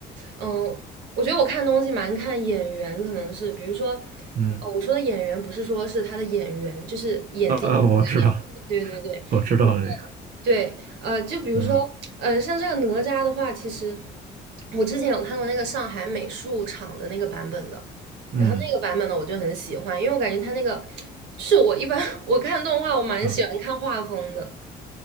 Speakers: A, on the right (about 85°); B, on the right (about 55°).
A: 嗯、我觉得我看东西蛮看眼缘，可能是比如说，
B: 嗯，
A: 呃，我说的演员不是说是他的演员，就是眼睛的那个演员。
B: 啊啊，我知道，
A: 对对对，
B: 我知道这个。
A: 对，呃，就比如说，
B: 嗯
A: 呃，像这个哪吒的话，其实我之前有看过那个上海美术厂的那个版本的，
B: 嗯
A: 然后那个版本呢，我就很喜欢，因为我感觉它那个，就是我一般 <laughs> 我看动画，我蛮喜欢看画风的，
B: 嗯，